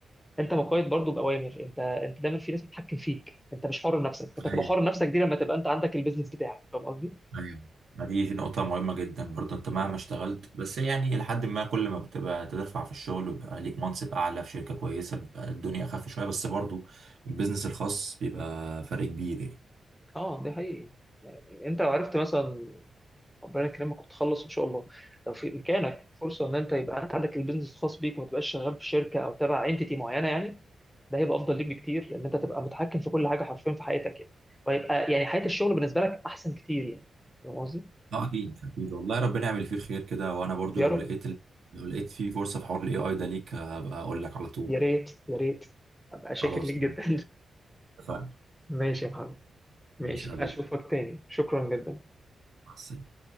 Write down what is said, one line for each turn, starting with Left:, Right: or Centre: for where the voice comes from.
Centre: انت مقيد برضو باوامر انت انت دايما في ناس بتتحكم فيك انت مش حر نفسك انت
Right: ايوه
Centre: تبقى حر نفسك دي لما تبقى انت عندك البيزنس بتاعك فاهم قصدي
Right: ايوه ما دي نقطة مهمة جدا برضه انت مهما
Centre: اه
Right: اشتغلت بس يعني لحد ما كل ما بتبقى تدفع في الشغل ويبقى ليك منصب اعلى في شركة كويسة بيبقى الدنيا اخف شوية بس برضه البيزنس الخاص بيبقى فرق كبير يعني
Centre: اه ده حقيقي انت لو عرفت مثلا ربنا يكرمك وتخلص ان شاء الله لو في امكانك فرصه ان انت يبقى انت عندك البيزنس الخاص بيك وما تبقاش شغال في شركه او تبع انتيتي معينه يعني ده هيبقى افضل ليك بكتير لان انت تبقى متحكم في كل حاجه حرفيا في حياتك يعني وهيبقى يعني حياه الشغل بالنسبه لك احسن كتير يعني فاهم قصدي؟
Right: اه اكيد اكيد والله ربنا يعمل فيه الخير كده وانا برضو
Centre: يا
Right: لو
Centre: رب
Right: لقيت ال... لو لقيت فيه فرصة في حوار الاي اي ده ليك هبقى اقول لك على طول
Centre: يا ريت يا ريت ابقى
Right: خلاص
Centre: شاكر ليك جدا
Right: اتفقنا
Centre: <laughs> ماشي يا محمد ماشي
Right: ماشي يا حبيبي
Centre: اشوفك تاني شكرا جدا
Right: مع السلامة